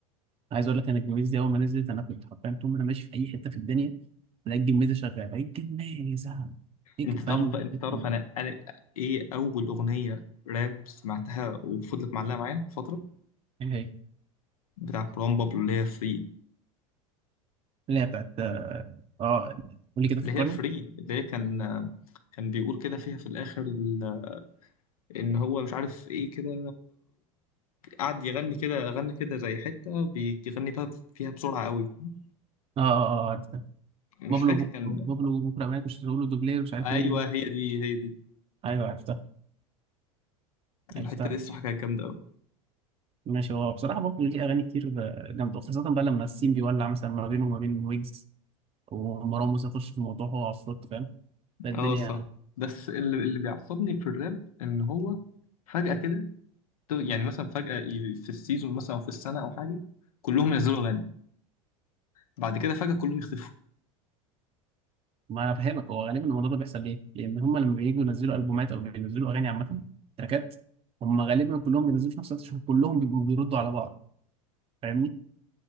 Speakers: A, on the right; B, on the left.
A: عايز اقول لك انا الجميز دي اول ما نزلت انا كنت حرفيا طول ما انا ماشي في اي حتة في الدنيا الاقي الجميزة شغالة الاقي الجميزة هيك
B: انت
A: فاهم
B: تعرف بقى انت
A: الفكرة
B: تعرف
A: دي؟
B: انا انا ايه اول اغنيه راب سمعتها وفضلت معلقه معايا فتره
A: ايه هي
B: بتاع مروان بابلو اللي هي فري
A: اللي هي بتاعت اه آه، قول لي كده فكرني
B: اللي هي فري اللي هي كان كان بيقول كده فيها في الاخر ال- ان هو مش عارف ايه كده قعد يغني كده غنى كده زي حته بيغني بقى فيها بسرعه قوي فاهم؟
A: اه اه اه عرفتها
B: مش
A: بابلو
B: فاكر
A: بكره
B: كان
A: بابلو بكره مات مش هتقول له دوبلير مش عارف
B: ايوه
A: ايه
B: هي دي هي دي
A: ايوه عرفتها
B: الحته
A: عرفتها
B: دي الصراحه كانت جامده قوي
A: ماشي هو بصراحة بابلو ليه اغاني كتير آه، جامدة خاصة بقى لما السين بيولع مثلا ما بينه وما بين ويجز ومروان موسى يخش في الموضوع هو عفروت فاهم لا الدنيا
B: اه الصراحه بس اللي اللي بيعصبني في الراب ان هو فجاه كده يعني مثلا فجأة ي- في السيزون مثلا أو في السنة أو حاجة كلهم ينزلوا أغاني بعد كده فجأة كلهم يختفوا
A: ما انا فاهمك هو غالبا الموضوع ده بيحصل ليه؟ لان هم لما بييجوا ينزلوا البومات او بينزلوا اغاني عامه تراكات هم غالبا كلهم بينزلوا في نفس الوقت عشان كلهم بيبقوا بيردوا على بعض فاهمني؟